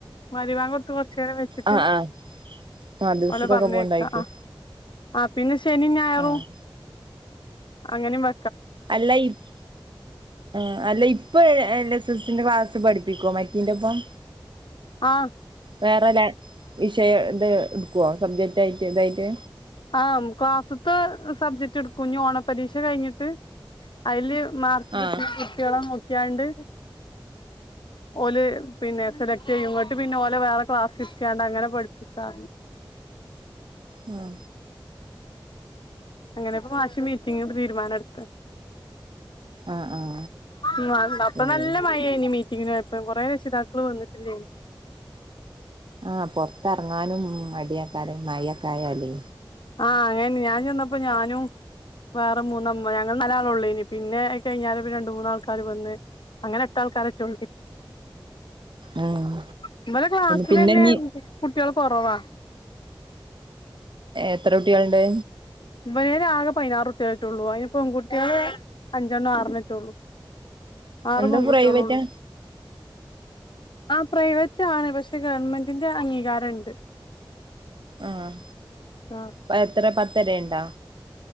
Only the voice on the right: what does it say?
ആഹ് ആഹ് മദ്രസക്കൊക്കെ
പോവ്ണ്ടായിക്കും
ആഹ്
അല്ലയിപ്പ് ആഹ് അല്ല ഇപ്പൊ എൽ എസ സ്സിന്റെ ക്ലാസ്സ് പഠിപ്പിക്കോ മറ്റേന്റെപ്പം
വേറെ ല വിഷയം ഇത് എട്ക്കുവോ സബ്ജക്റ്റായിട്ട് ഇതായിട്ട്
ആഹ്
ഉം
ആഹ് ആഹ്
ഉം
ആഹ് പൊറത്ത് എറങ്ങാനും മടിയക്കാരം മയഒക്കെ ആയാലേ
ഉം
പിന്നെ ഇഞ്ഞ്
എത്ര കുട്ടികള്ണ്ട്?
എന്താ
പ്രൈവറ്റാ
ആഹ്
പഎത്ര പത്തരയ്ണ്ടോ?